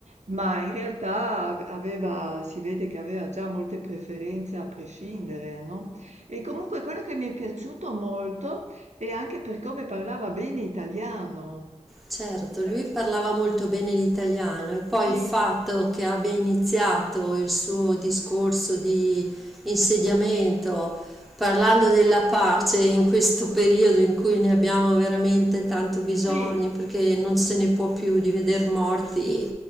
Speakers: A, on the right (about 70°); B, in the centre.
A: ma in realtà ave aveva si vede che aveva già molte preferenze a prescindere, no, e comunque quello che mi è piaciuto molto è anche per come parlava bene italiano.
B: Certo,
A: Eh,
B: lui parlava molto bene l'italiano e poi
A: sì,
B: il fatto che abbia iniziato il suo discorso di insediamento parlando della pace in questo periodo in cui ne abbiamo veramente tanto bisogno,
A: sì,
B: perché non se ne può più di veder morti